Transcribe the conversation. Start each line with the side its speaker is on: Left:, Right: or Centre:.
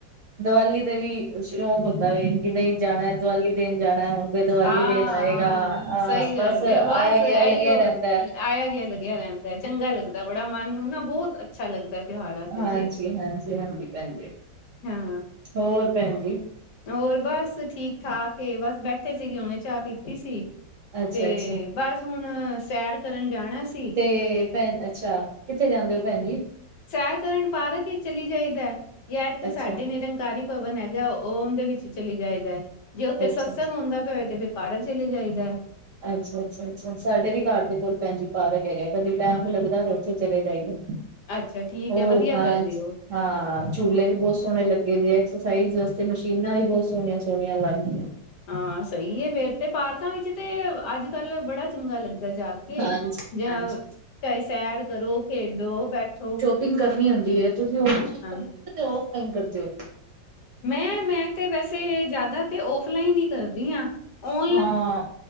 Right: ਦੀਵਾਲੀ ਦੇ ਵੀ ਸ਼ੌਕ ਹੁੰਦਾ ਵੇ ਕਿ ਨਈ ਜਾਣਾ ਦੀਵਾਲੀ ਦੇਣ ਜਾਣਾ ਹੁਣ ਕੋਈ ਦੀਵਾਲੀ
Left: ਹਾਂ
Right: ਦੇਣ ਆਏਗਾ,
Left: ਹਾਂ
Right: ਅਅ
Left: ਸਹੀ ਗੱਲ
Right: ਬਸ ਆਯਾ
Left: ਏ ਬਸ
Right: ਗਯਾ
Left: ਇਹੀਓ
Right: ਲੱਗਿਆ ਰੈਂਦਾ ਏ।
Left: ਆਇਆ ਗਿਆ ਲੱਗਿਆ ਰਹਿੰਦਾ ਚੰਗਾ ਲੱਗਦਾ ਬੜਾ ਮਨ ਨੂੰ ਨਾ ਬੋਤ ਅੱਛਾ ਲੱਗਦਾ। ਤਿਉਹਾਰਾਂ ਤੇ
Right: ਹਾਂਜੀ-ਹਾਂਜੀ-ਹਾਂਜੀ
Left: ਤੇ
Right: ਪੈਨ ਜੀ,
Left: ਹਾਂ
Right: ਹੋਰ ਪੈਨ ਜੀ।
Left: ਹੋਰ ਬਸ ਠੀਕ-ਠਾਕ ਏ ਬਸ ਬੈਠੇ ਸੀਗੇ ਹਕਣੇ ਚਾਹ ਪੀਤੀ ਸੀ,
Right: ਅੱਛਾ
Left: ਤੇ
Right: ਅੱਛਾ
Left: ਬਸ ਹੁਣ ਸੈਰ ਕਰਨ ਜਾਣਾ ਸੀ।
Right: ਤੇ ਪੈਨ ਅੱਛਾ, ਕਿੱਥੇ ਜਾਂਦੇ ਓ ਪੈਣ ਜੀ।
Left: ਸੈਰ ਕਰਨ ਪਾਰਕ ਇਚ ਚਲੀ ਜਾਈਦਾ, ਯਾ ਏਥੇ
Right: ਅੱਛਾ
Left: ਸਾਡੇ ਨਿਰੰਗਕਾਰੀ ਭਵਨ ਹੈਗਾ ਓਦੇ ਵਿੱਚ ਚਲੀ ਜਾਏਦਾ, ਜੇ ਓਥੇ
Right: ਅੱਛਾ
Left: ਸਤਸੰਗਤ ਹੁੰਦਾ ਪਿਆ ਹੋਏ ਤੇ ਫੇਰ ਪਾਰਕ ਚਲੇ ਜਾਈਦਾ।
Right: ਅੱਛਾ-ਅੱਛਾ-ਅੱਛਾ ਸਾਡੇ ਵੀ ਕਾਰ ਦੇ ਕੋਲ ਪੈਨਣ ਜੀ ਪਾਰਕ ਹੈਗਾ ਕਦੇ ਟੈਮ ਲੱਗਦਾ ਤੇ ਓਥੇ ਚਲੇ ਜਾਈਦਾ।
Left: ਅੱਛਾ ਠੀਕ
Right: ਹੋਰ
Left: ਹੈ ਵਧੀਆ
Right: ਬਾਸ।
Left: ਕਰਦੇ ਹੋ
Right: ਹਾ ਝੂਲੇ ਵੀ ਬੋਤ ਸੋਹਣੇ ਲੱਗੇ ਦੇ, ਐਕਸਰਸਾਈਜ਼ ਵਾਸਤੇ ਮਸ਼ੀਨਾ ਵੀ ਬੋਤ ਸੋਣੀਆਂ-ਸੋਣੀਆਂ ਲੱਗ ਗਿਆਂ।
Left: ਹਾ ਸਈ ਏ ਫੇਰ ਤੇ, ਪਾਰਕਾ ਵਿੱਚ ਤੇ ਅੱਜ-ਕੱਲ੍ਹ ਬੜਾ ਚੰਗਾ ਲੱਗਦਾ ਜਾ ਕੇ।
Right: ਹਾਂਜੀ,
Left: ਕੇ ਜਾਂ
Right: ਹਾਂਜੀ
Left: ਚਾਏ ਸੈਰ ਕਰੋ, ਖੇਡੋ, ਬੈਠੋ।
Right: ਟਿੰਗ ਕਰਨੀ ਹੂੰਦੀ ਏ, ਤੁਸੀ ਓ <unintelligible>
Left: ਹਾਂ।
Right: ਕੇ ਔਫ ਟਾਈਮ ਕਰਦੇ ਔ!
Left: ਮੈ, ਮੈ ਤੇ ਵੈਸੇ ਜਾਦਾ ਤੇ ਔਫਲਾਈਨ ਈ ਕਰਦੀ ਆ, ਔਨ
Right: ਹਾਂ।